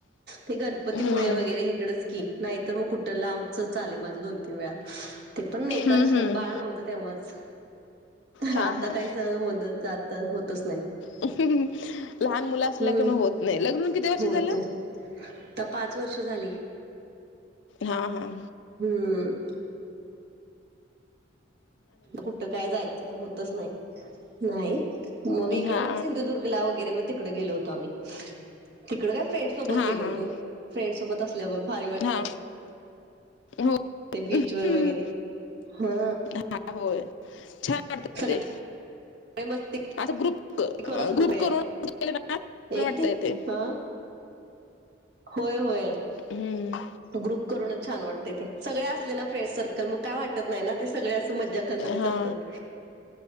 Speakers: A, on the right; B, on the left.
A: ते गणपतीपुळे
B: हम्म
A: वगैरे इकडच की नाही तर मग कुठे लांबच चालेय माझं दोन तीन वेळा ते पण नाही एका
B: हम्म हम्म
A: बाळणव्हतं तेव्हाच
B: हा
A: आता
B: हा.
A: काय स हो आता होतच नाही.
B: लहान मुलं असल्या
A: हम्म
B: कि होत नाही लग्न किती वर्ष
A: होत
B: झालं?
A: नाही आता पाच वर्ष झाली.
B: हां हां
A: हम्म कुठ काय जायचं होतच नाही, नाही मग इकडं
B: हा
A: मग सिंधुदुर्ग ला वगैरे मग तिकड गेलो होतो आम्ही तिकड काय फ्रेंड सोबत
B: हा
A: गेलो होतो.
B: हा.
A: फ्रेंड सोबत असल्यावर भारी वाटते.
B: हा हो
A: ते बीच वर
B: हम्म.
A: वगैरे हा
B: हा होय छान वाटत
A: सगळे
B: ते
A: मस्तीखोर
B: आ ग्रुप
A: असतात
B: ग्रुप
A: ते
B: करून वाटत
A: एक दिव
B: य ते
A: हा होय होय.
B: हम्म
A: ग्रुप करूनच छान वाटते ते सगळे असले ना फ्रेंड सर्कल मग काय वाटत नाही ना ते सगळे असं मज्जा करणारीच
B: हा
A: असतात.